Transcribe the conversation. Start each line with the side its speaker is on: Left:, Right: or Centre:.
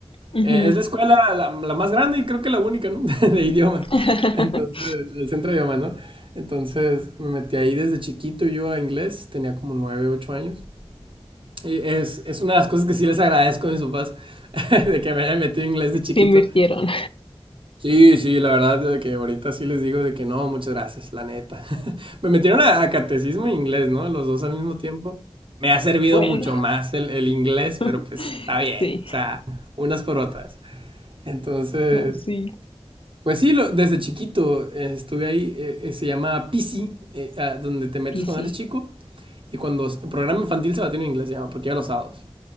Left: Ujú.
Right: Eh, es la escuela la, la más grande y creo que la única, ¿no? <laughs> De idiomas.
Left: <laughs>
Right: Entonces, el centro de idiomas, ¿no? Entonces, me metí ahí desde chiquito yo a inglés, tenía como nueve, ocho años. Y es, es una de las cosas que sí les agradezco a mis papás, <laughs> de que me hayan metido inglés de chiquito,
Left: Se invirtieron.
Right: Sí, sí, la verdad de que ahorita sí les digo de que no, muchas gracias, la neta. <laughs> Me metieron a, a catecismo e inglés, ¿no? Los dos al mismo tiempo. Me ha servido
Left: Bueno,
Right: mucho más el, el inglés,
Left: <laughs>
Right: pero pues está bien,
Left: sí,
Right: o sea, unas por otras. Entonces,
Left: no, sí,
Right: pues sí, lo- desde chiquito eh, estuve ahí, eh, eh, se llama PC, eh, a- donde te metes
Left: easy.
Right: cuando eres chico, y cuando s- programa infantil se va a tener en inglés, se llama, porque ya los sábados.